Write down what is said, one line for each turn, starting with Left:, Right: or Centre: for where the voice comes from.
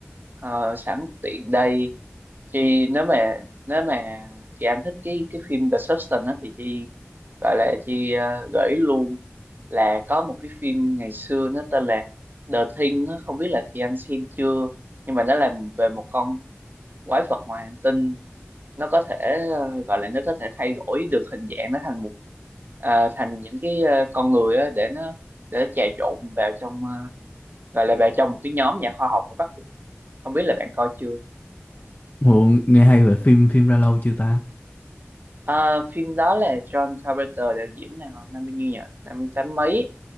Right: ờ, sẵn tiện đây chị nếu mà nếu mà chị Anh thích cái cái phim The Substance á thì chị gọi là chị ờ, gợi ý luôn là có một cái phim ngày xưa nó tên là The Thing á, không biết là chị Anh xem chưa nhưng mà nó làm về một con quái vật ngoài hành tinh nó có thể ờ, gọi là nó có thể thay đổi được hình dạng nó thành một ờ, thành những cái ờ, con người á, để nó để nó trà trộn vào trong ờ, gọi là vào trong một cái nhóm nhà khoa học ở Bắc Cực không biết là bạn coi chưa
Left: Ồ, nghe hay về phim phim ra lâu chưa ta?
Right: Ờ, phim đó là John Carpenter đạo diễn này nào năm bao nhiêu nhỉ năm tám mấy